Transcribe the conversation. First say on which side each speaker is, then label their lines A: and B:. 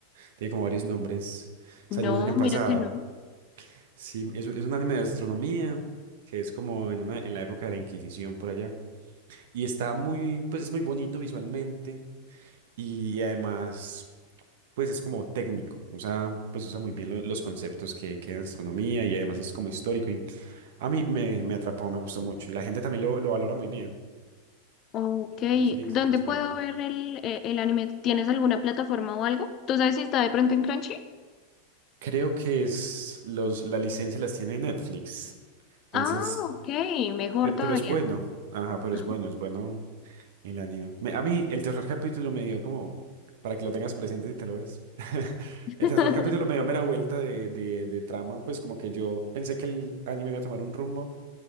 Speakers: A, on the right (about 55°); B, on the left (about 35°).
A: tiene como varios nombres. Salió
B: No,
A: el año pasado.
B: mira que no.
A: Sí, es, es un anime de astronomía, que es como en una, en la época de la Inquisición por allá. Y está muy, pues es muy bonito visualmente. Y además. pues es como técnico, usa, pues usa muy bien lo- los conceptos que, que hay en astronomía y además es como histórico y a mí me, me atrapó, me gustó mucho y la gente también lo, lo valora muy bien.
B: Ok,
A: Sí,
B: ¿dónde
A: sí te suena.
B: puedo ver el, eh, el anime? ¿Tienes alguna plataforma o algo? ¿Tú sabes si está de pronto en Crunchy?
A: Creo que es los, la licencia las tiene Netflix, entonces,
B: Ah, ok, mejor
A: pe- pero,
B: todavía.
A: es bueno, ajá, pero
B: Ajá.
A: es bueno, es bueno el anime. Me- a mí el tercer capítulo me dio como, para que lo tengas presente si te lo ves, <laughs>
B: <laughs>
A: el tercer capítulo me dio mera vuelta de, de, de trama, pues como que yo pensé que el anime iba a tomar un rumbo.